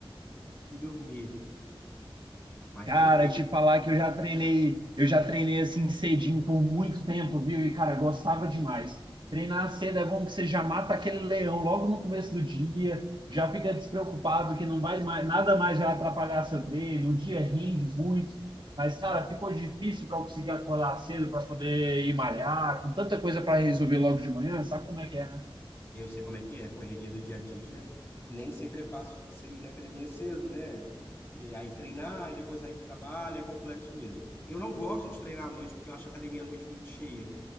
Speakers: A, on the left; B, on the right.
A: e dormir. Mas
B: Cara,
A: tem
B: te falar que eu já treinei, eu já treinei assim cedinho por muito tempo, viu? E, cara, gostava demais. Treinar cedo é bom que você já mata aquele leão logo no começo do dia, já fica despreocupado que não vai mais, nada mais vai atrapalhar seu treino, o dia rende muito. Mas, cara, ficou difícil para eu conseguir acordar cedo para poder ir malhar, com tanta coisa para resolver logo de manhã, sabe como é que é, né?
A: Eu sei como é que é, a correria do dia a dia. Nem sempre é fácil de você ir na academia cedo, né? E aí treinar e depois sair para o trabalho, é complexo mesmo. Eu não gosto de treinar à noite porque eu acho a academia à noite muito cheia.